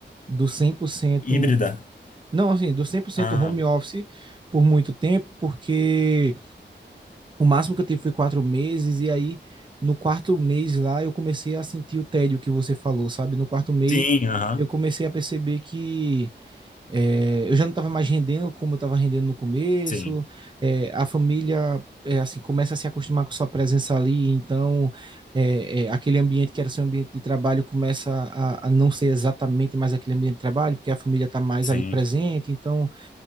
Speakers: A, on the right; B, on the left.
A: do cem por cento
B: híbrida.
A: não, assim, do cem por cento
B: Ah,
A: home office por muito tempo, porque O máximo que eu tive foi quatro meses, e aí no quarto mês lá eu comecei a sentir o tédio que você falou, sabe? No quarto mês
B: sim, aham,
A: eu comecei a perceber que eh, eu já não estava mais rendendo como eu estava rendendo no começo,
B: sim,
A: eh, a família eh, assim começa a se acostumar com sua presença ali, então eh, eh, aquele ambiente que era seu ambiente de trabalho começa a, a não ser exatamente mais aquele ambiente de trabalho, porque a família está mais
B: sim.
A: ali presente, então